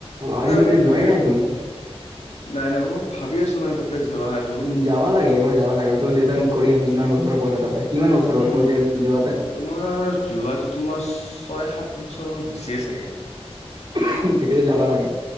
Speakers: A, on the left; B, on the right.
A: তাতে
B: আজি
A: মানে
B: লোকে, যোৱাই
A: ভাবি
B: নাই
A: আছো
B: তুমি?
A: নাই, নাই, মই ভাবি আছো, মানে তাতে যোৱাত।
B: উম, যাবা লাগে, একবাৰ যাব লাগে, তোমাৰ দেউতাই কৰি আছি ইমান বছৰৰ পৰা তাতে। কিমান বছৰ হ'ল
A: উম,
B: হৈ যায় যোৱাতে
A: তোমাৰ যোৱাতটো তোমাৰ ছয়, সাত বছৰ মান, হৈছেে চাগে।
B: <inaudible> কেতিয়াবা যাবা লাগে।